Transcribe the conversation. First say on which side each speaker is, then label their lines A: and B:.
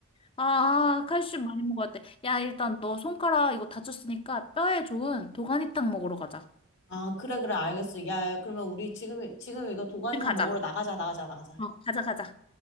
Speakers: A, on the left; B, on the left.
A: 아, 칼슘 많이 먹어야 돼. 야, 일단 너 손가락 이거 다쳤으니까 뼈에 좋은 도가니탕 먹으러 가자.
B: 아, 그래, 그래, 알겠어. 야, 야, 그러면 우리 지금, 지금 이거 도가니탕
A: 지금 가자.
B: 먹으러 나가자, 나가자, 나가자.
A: 어, 가자, 가자.